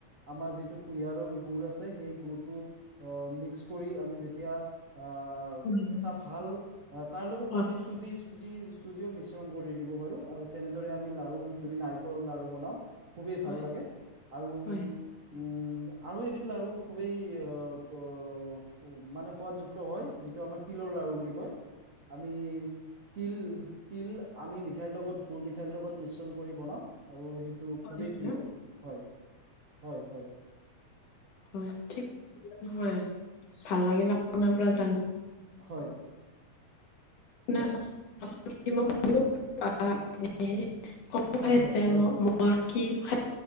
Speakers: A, on the right (about 70°); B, on the left (about 60°).
A: আমাৰ যিটো কুঁহিয়াৰৰ গুৰ আছে- যে সেই গুৰটো অ' মিক্স কৰি আমি যেতিয়া- আ' উ
B: হয়,
A: এটা ভাল, অ' তাৰ লগত
B: হয়,
A: আমি চুজি-চুজি - চুজিও মিশ্ৰণ কৰি দিব পাৰোঁ। আৰু তেনেদৰে আমি লাৰু, যদি নাৰিকলৰ লাৰু বনাওঁ- খুবে
B: হয়,
A: ভাল লাগে। আৰু,
B: হয়, হয়,
A: উম- আৰু এবিধ লাাৰু খুবেই অ', ব, অ' মানে সোৱাদযুক্ত হয়। যিটো আমাৰ তিলৰ- লাৰু বুলি কয়। আমি তিল- তিল, আমি মিঠাইৰ লগত, গুৰ মিঠাইৰ লগত মিশ্ৰণ কৰি বনাওঁ। আৰু সেই- টো খুবেই
B: হয়,
A: প্ৰিয়।
B: হয়,
A: হয়, হয় হয়।
B: হয় থিক। হয়, ভাল লাগিল আপোনাৰ পৰা জান-
A: হয়।
B: <unintelligible> <unintelligible> <unintelligible> <unintelligible> <unintelligible>
A: হয় হয় হয় হয় হয় হয়
B: মোৰ কি <unintelligible>